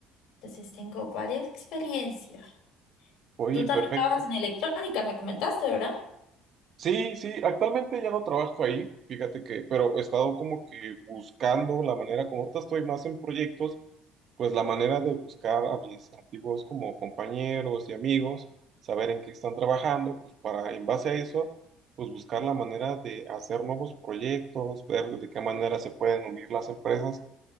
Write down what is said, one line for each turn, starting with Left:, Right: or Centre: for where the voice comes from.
Left: entonces tengo varias experiencias.
Right: Oye,
Left: Tú también
Right: perfecto.
Left: trabajas en electrónica, me comentaste, ¿verdad?
Right: Sí, sí, actualmente ya no trabajo ahí, fíjate que, pero he estado como que buscando la manera como ahorita estoy más en proyectos. pues la manera de buscar a mis antiguos como compañeros y amigos, saber en qué están trabajando, pues para en base a eso, pues buscar la manera de hacer nuevos proyectos, ver de qué manera se pueden unir las empresas.